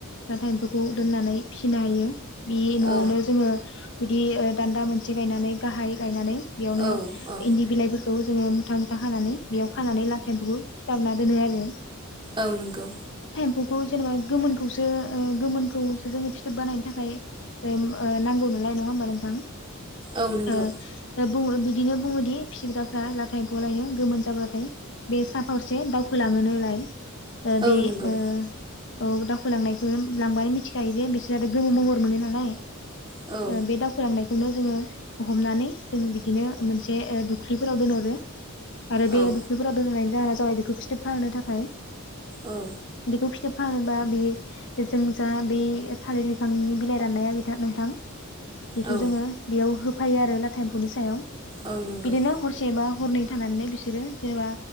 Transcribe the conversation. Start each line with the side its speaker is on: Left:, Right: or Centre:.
Left: नाथाय एम्फौखौ दोननानै फिसिनो हायो बे न'आवनो
Right: औ
Left: जोङो। बिदि दान्दा मोनसे गायनानै गाहाय गायनानै बेयावनो
Right: औ औ
Left: इन्दि बिलाइफोरखौ। जोङो मुथा मुथा खानानै बेयाव खानानै लाथा एम्फौखौ सिथाबना दोनो आरो।
Right: औ नोंगौ।
Left: फौखौ जेनेबा गोमोनखौसो गोमोनखौसो जोङो फिथोब बानायनो थाखाय। ओ नांगौ नालाय नङा होमबा नोंथां
Right: औ नंगौ
Left: ओ ओ। बुङो बिदिनो बुङोदि फिग्राफ्रा लाथाय एम्फौआलायनो गोमोन जाब्लाथाय बे सा फारसे दावखोलाङो। मोनोलाय ओ बे
Right: औ नंगौ
Left: ओ। औ दावखोलांनायखौ लांबानो मिथिखायो जे बिसोर गोमो महर मोनो नालाय।
Right: औ
Left: ओ बे दावखोलांनाय। खौनो जोङो हमनानै जों बिदिनो मोनसे दुख्रिफोराव दोनहरो। आरो बे
Right: औ
Left: दुख्रिफोराव दोननायनि जाहोना जाबाय बेखौ फिथोबखाहोनो थाखाय
Right: औ
Left: बेखौ फि। खाहोनोबा बे जों जा बे थालिर बिफांनि बिलाइ राननाया नोंथां। बेखौ
Right: औ
Left: जोङो बेयाव होफायो आरो लाथा एम्फौनि सायाव
Right: औ नंगौ
Left: बिदिनो हरसेबा। हरनै थांनानैनो बिसोरो जेनेबा